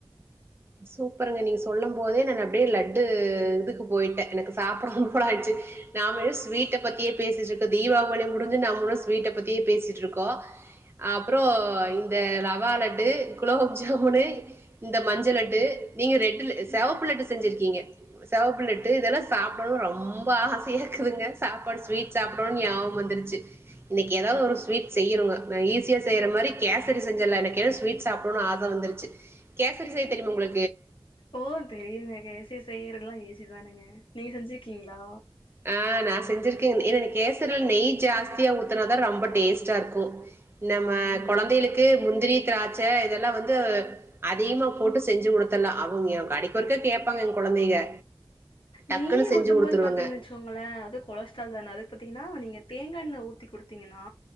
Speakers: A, on the right; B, on the left.
A: சூப்பருங்க நீங்க சொல்லம் போதே நா அப்டியே லட்டு இதுக்கு போய்ட்ட எனக்கு சாப்டனும் போல ஆய்ச்சு நாம என்ன ஸ்வீட்ட பத்தியே பேசிட்ருக்கோ தீவாவளி முடிஞ்சு நம்முளு ஸ்வீட்ட பத்தியே பேசிட்ருக்கோ அப்றோ இந்த ர வா லட்டு குலோப் ஜாமுனு இந்த மஞ்ச லட் நீங்க ரெட் செவப்பு லட்டு செஞ்சிருக்கிங்க செவப்புலட்டு இதல்லா சாப்டணு ரொம்ப ஆசையாருக் குதுங்க சாப்பாடு ஸ்வீட் சாப் படணுன் நியாபக வந்துருச்சு இன்னைக்கி எதாவுது ஒரு ஸ்வீட் செய்யணுங்க நா ஈஸியா செய்ற மாரி கேசரி செஞ்சில்லானிருக்க ஏனா ஸ்வீட் சாப்டணுன் ஆச வந்துருச்சு கேசரி செய் தெரிமா உங்ளு
B: ஓ தெரியு நெறிய சே செய் பேரெல்லா ஏசிதானுங்க நீங்க செஞ்சிருக்கீங்ளா
A: ஆ நா செஞ்சிருக்கே ஏன்ன என கேசர்ல நெய் ஜாஸ்தியா ஊத்துனாதா ரொம்ப டேஸ்ட்டார்க்கோ நம்ம
B: ஆமாங்க.
A: கொழந்தைளுக்கு முன் திரி திராட்ச இதெல்லா வந்து அதிமா போட்டு செஞ்சு உடுத்துல்லா அவுங்க அடைக்கொருக்க கேட்பாங்க எங் கொழந்தைக டக்குன்னு
B: நெய்யா
A: செஞ்சு
B: ஊத்தும்
A: குடுத்துருவங்க
B: போது பாத்தீங்கச்சோ மல்ல அது கொலஸ்ரால் தன அது பத்திங்கனா நீங்க தேங்காண்ண ஊத்தி குடுத்தீங்கனா